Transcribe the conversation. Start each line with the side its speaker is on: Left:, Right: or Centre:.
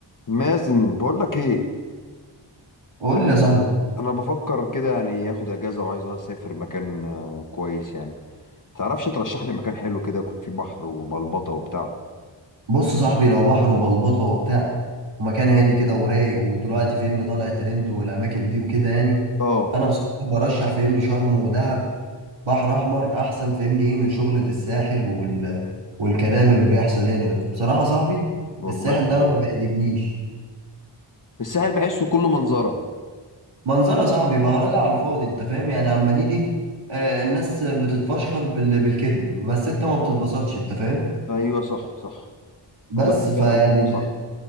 Left: مازن بقول لك ايه
Right: قول لي يا صاحبي
Left: انا بفكر كده يعني اخد اجازه وعايز اسافر مكان آه، كويس يعني تعرفش ترشح لي مكان حلو كده يكون فيه بحر وبلبطه وبتاع
Right: بص يا صاحبي لو بحر وبلبطه وبتاع ومكان هادي كده ورايق ودلوقتي فهمني طالع ترند والاماكن دي وكده يعني
Left: اه
Right: انا بصراحه برشح فهمني شرم ودهب بحر احمر احسن فهمني ايه من شغله الساحل وال... والكلام اللي بيحصل هنا ده بصراحه يا صاحبي
Left: والله
Right: الساحل
Left: حلو
Right: ده انا ما بيعجبنيش
Left: الساحل بحسه كله منظره
Right: منظره يا صاحبي بهرجه على الفاضي انت فاهم يعني عمالين ايه آه الناس بتتفشخر بال... بالكذب بس انت ما بتتبسطش انت فاهم
Left: ايوه صح صح
Right: بس
Left: والله دي
Right: فيعني
Left: فعلا كلمه صح